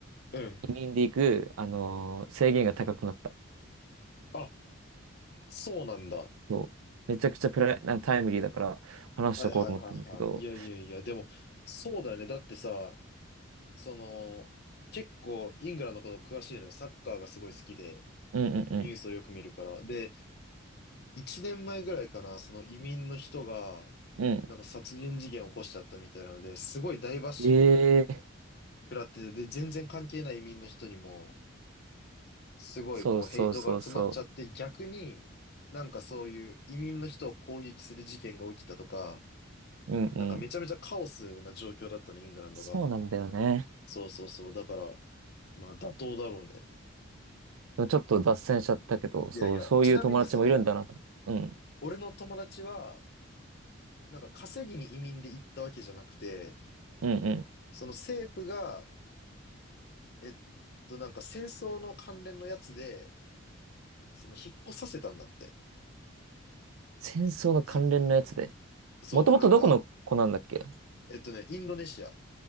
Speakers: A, on the left; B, on the right.
A: うん。
B: 移民で行く、あの、制限が高くなった。
A: あ、そうなんだ。
B: そう。めちゃくちゃプライ、なタイムリーだから話しとこうと思ったんだけど、
A: はいはいはいはい。いやいやいや、でも、そうだよね。だってさ、その、結構イングランドのこと詳しいのよ。サッカーがすごい好きで、
B: うんうん
A: ニュースをよく見るから。で、1年前ぐらいかな、その移民の人が、
B: うん。うん。
A: なんか殺人事件を起こしちゃったみたいなので、すごい大バッシング
B: ええ
A: 食らってて、で、全然関係ない移民の人にも、すごいこうヘイトが集まっちゃって逆になんかそういう移民の人を攻撃する事件が起きたとか、
B: そうそうそうそう。うんうん。
A: なんかめちゃめちゃカオスな状況だったの、イングランドが。
B: そうなんだよね。
A: そうそうそう。だから、まあ妥当だろうね。
B: でもちょっと脱線しちゃったけど、そう、
A: いやいや、
B: そういう友達もいるんだなと。
A: ちなみにその、
B: うん。
A: 俺の友達は、なんか稼ぎに移民で行ったわけじゃなくて、
B: うんうん。
A: その政府が、えっとなんか戦争の関連のやつで、その引っ越させたんだって。
B: 戦争の関連のやつで。
A: その、そう、
B: もともとどこの子なんだっけ
A: なんか、えっとね、インドネシア。